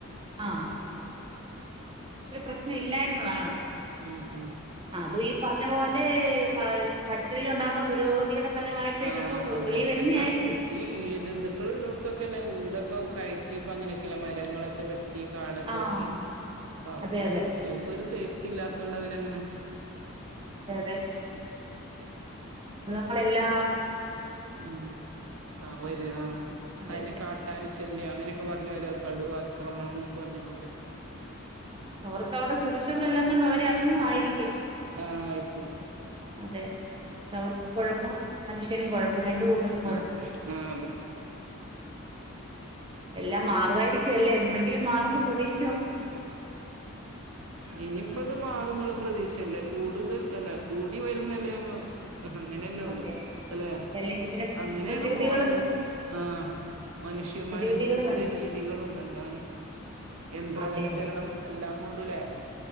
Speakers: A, on the right; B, on the right.
A: ആഹ ര് പ്രശ്നല്ല താണ്
B: ഉം ഉം
A: അത് പിന്നെ പറഞ്ഞ പോലെ പരിസ്ഥിതിൽ ഉണ്ടാകുന്ന പുരോഗതിയുടെ ഫലമായിട്ട് ഇതൊക്കെ
B: ആഹ അതെ
A: വെളി
B: അതെ
A: വരുന്നയായിരിക്കും
B: അല്ലാ ഈ ഈയ ജന്തുക്കൾ ഉള്ളട് ത്തൊക്കെ അല്ലെ വീടൊക്കെ കയറ്റി ഇപ്പോ അങ്ങനൊക്കല്ലേ മരങ്ങളൊക്കെ വെട്ടി മരം വെട്ടി കാടൊക്കെ
A: ആഹ്
B: വെട്ടി പാവം
A: അതെ അതെ
B: അവറ്റൾക്കൊരു സേഫ്റ്റി സേഫ്റ്റി ഇല്ലാത്തോണ്ട് അങ്ങനെ
A: അതെ അതെ ജന്തുകളെല്ലാം
B: ഉം ആ വരുവാ
A: അതെ
B: അതിനു
A: അതെ
B: ശല്ലിയം കാട്ടാനഅങ്ങനെക്കെ പറഞ്ഞു ഓരോ കടുവക്രമണം ന്നൊക്കെ പറഞ്ഞു നമ്മൾ കേൾക്കുന്നത്
A: അവർക്കവിടെ സുരക്ഷിതം ഇല്ലാത്തത് കൊണ്ട് അവര് ഇറങ്ങി വരുന്നതാവും
B: ഹ ആയിര്ക്കും
A: അതെ അതു അവർക്കും കുഴപ്പം മനുഷ്യനും കുഴപ്പം അപ്പൊ രണ്ട് കൂട്ടർക്കുഴപ്പം
B: ആഹ് ആഹ് അത്
A: എല്ലാം മാറുവായിരിക്കും അല്ലേ എന്നെങ്കിലും മാറുന്ന് പ്രതീക്ഷ
B: ഉ ഇനിയിപ്പോ ത് മാറും എന്ന് പ്രതീക്ഷ ശല്ലിയം കൂടതൽ കൂടി വരുന്നല്ലോ അങ്ങനെയല്ലേ ഉള്ളു
A: അതെ
B: അല്ലെ
A: അല്ലെങ്കിൽ പിന്നെ
B: അങ്ങനെണ്
A: പ്രതിവിധികള്
B: പോണത്
A: പിന്നെ
B: ആ മനുഷ്യന്മാരെ
A: അതെ പ്രതിവിധികൾ
B: ജീവിത
A: കണ്ടെത്തും
B: രീതികളും എല്ലാം യന്ത്രവൽക്കരണം
A: അതെ
B: എല്ലാം കൊണ്ടും അല്ലെ